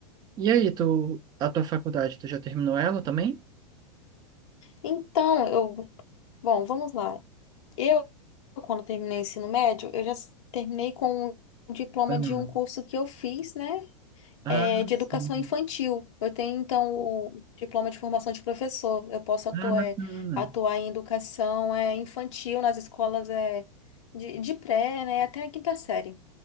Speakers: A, on the right (about 20°); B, on the left (about 55°).
A: E aí, tu, a tua faculdade, tu já terminou ela também?
B: Então, eu. Bom, vamos lá. Eu, quando terminei o ensino médio, eu já s- terminei com um diploma
A: Ah, não.
B: de um curso que eu fiz, né?
A: Ah,
B: É, de educação
A: sim.
B: infantil. Eu tenho, então, o diploma de formação de professor. Eu posso atuar,
A: Ah, bacana.
B: é, atuar em educação, é, infantil nas escolas, é, de, de pré, né? Até a quinta série.